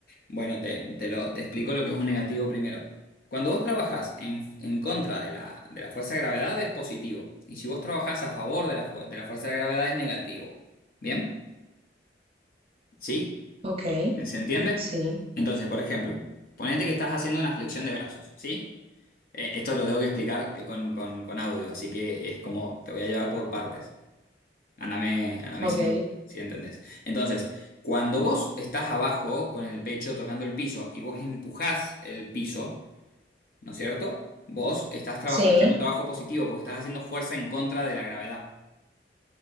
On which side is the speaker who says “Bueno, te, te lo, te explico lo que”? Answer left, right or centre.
Left